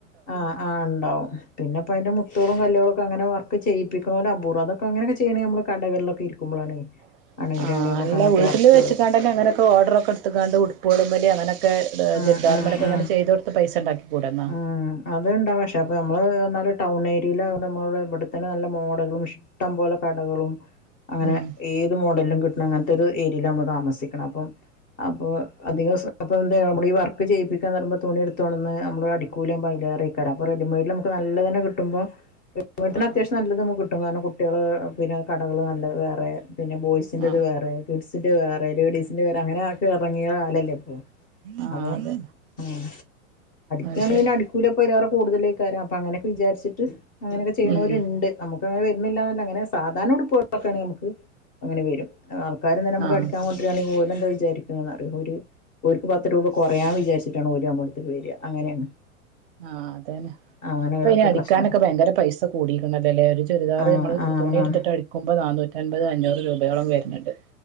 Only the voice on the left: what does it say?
ആഹ് ആഹ് ഇണ്ടാവും പിന്നെപ്പ അയ്ന്റെ മുത്തുകളും കല്ലുകളൊക്കെ അങ്ങനെ വർക്ക് ചെയ്യിപ്പിക്ക്‌നോല് അപൂർവ്വാ അതൊ പ്പൊ അങ്ങനൊക്കെ ചെയ്യണെ ഞമ്മള് കടകളിലൊക്കെ ഇരിക്കുമ്പളാണേ
ആണെങ്കില്
നമുക്ക്
അങ്ങനത്തെ
വർക്കുകള്
ആഹ്
ആഹ്
ആഹ്
ആഹ് അത്ണ്ടാവും പക്ഷേ അപ്പോ ഞമ്മള് പറഞ്ഞാല് ടൗൺ ഏരിലായൊണ്ട് നമ്മളെ ബട്തന്നെ നല്ല മോഡലും ശ് ഷ്ടം പോലെ കടകളും അങ്ങനെ
ഏത് മോഡൽലും കിട്ടണങ്ങനത്തെരു ഏരീല നമ്മൾ താമസിക്ക്‌ണഹ് അപ്പം അപ്പൊ അധികസം പ്പൊ എന്ത നമ്മളീ വർക്ക് ചെയ്യിപ്പിക്കാന്ന് പറീമ്പൊ തുണി എടുത്തോണന്ന് നമ്മള് അടി ക്കൂലിയാമ്പോ ആയിലേറൈക്കാരം അപ്പൊ റെഡിമെയ്ഡ്ലമ്മക്ക് നല്ലതെന്നെ കിട്ടുമ്പോ വ്ട്തന്നെ
അത്യാവശ്യം
നല്ലത് നമുക്ക് കിട്ടും കാരണം കുട്ട്യോള് പിന്നെ കടകള് നല്ല വേറെ പിന്നെ ബോയ്സിൻന്റെത്
വേറെ കിഡ്സ്‌ന്റെവേറെ ലേഡീസിന്റെ വേറെ അങ്ങനെയൊക്കെ എറങ്ങിയ കാലല്ലേ ഇപ്പൊ
അപ്പൊ
ഉം
ഒക്കെയാണ്
പിന്നെ അടിക്കൂലിക്കെ അയ്ലേറെ കൂടുതലക്ക്യാര അപ്പം അങ്ങനക്കെ വിചാരിച്ച്ട്ട് അങ്ങനൊക്കെ ചെയ്യണോരേ
ഇണ്ട് ഞമ്മ ഇപ്പൊ അങ്ങനെ വരുന്നില്ലാന്നല്ല അങ്ങനെ സാധാരണ ഉടുപ്പളൊക്കെണേൽ ഞമ്മക്ക് അങ്ങനെ വെരും ആൾക്കാര് തന്നെ ഞമ്മക്ക്
അടിക്ക്യാ കൊ <unintelligible> രാനെയ് ഏ <unintelligible> വിചാരിക്കുന്നന്ന്റിയ ഒരു ഓര്ക്ക് പത്ത് രൂപ കുറയാന്ന് വിചാരിച്ചിട്ടാണ് ഓര് അമ്മളെട്ത്ക്ക് വെര അങ്ങനെണ്
അങ്ങനെയൊക്കെ
പ്രശ്നം
ആഹ് ആഹ്
ആഹ്
ആണ് ആണ്